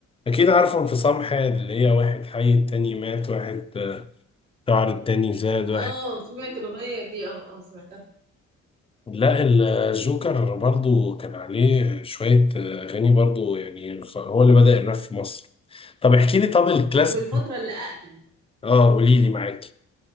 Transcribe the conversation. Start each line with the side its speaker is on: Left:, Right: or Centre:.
Left: اكيد عارفه انفصام حاد اللي هي واحد حي التاني مات واحد آه، شعر التاني زاد واحد
Right: اه سمعت الأغنية دي اه اه سمعتها
Left: لا الجوكر برضو كان عليه شوية آه، أغاني برضو يعني خ- هو اللي بدأ الراب في مصر طب احكي لي طب الكلاسيك
Right: طب والفترة اللي أقدم
Left: اه قولي لي معاكي